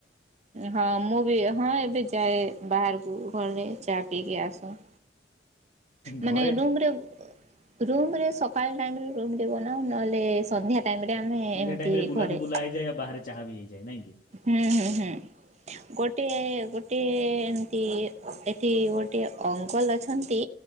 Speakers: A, on the right (about 35°); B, on the left (about 50°).
A: ହଁ ମୁଁ ବି ହଁ ଏବେ ଯାଏ ବାହାରକୁ ଘରେ ଚା ପିଇକି ଆସ। ମାନେ
B: ଘରେ
A: ରୁମ୍ ରେ ରୁମ୍ ରେ ସକାଳ ଟାଇମ୍ ରେ ବନାଉ ନହେଲେ ସନ୍ଧ୍ୟା ଟାଇମ୍ ରେ ଆମେ
B: ସନ୍ଧ୍ୟା
A: ଏମିତି
B: ଟାଇମ ରେ ବୁଲାକୁ
A: ଘରେ,
B: ବୁଲା ହେଇଯାଏ ଆଉ ବାହାରେ ଚାହା ବି ହେଇଯାଏ ନାଇଁ କି।
A: ହୁଁ ହୁଁ ହୁଁ ଗୋଟିଏ ଗୋଟିଏ ଏମିତି ଏଠି ଗୋଟିଏ ଅଙ୍କଲ ଅଛନ୍ତି